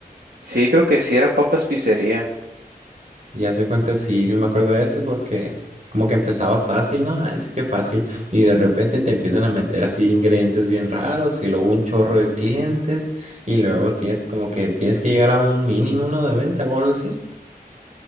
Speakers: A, on the right (about 75°); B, on the right (about 50°).
A: Sí, creo que sí era Papas Pizzería.
B: Ya se cuenta, sí, yo me acuerdo de ese porque como que empezaba fácil, ¿no? Ah, Es que fácil. Y de repente te empiezan a meter así ingredientes bien raros y luego un chorro de clientes y luego tienes como que tienes que llegar a un mínimo, ¿no? De venta o algo así.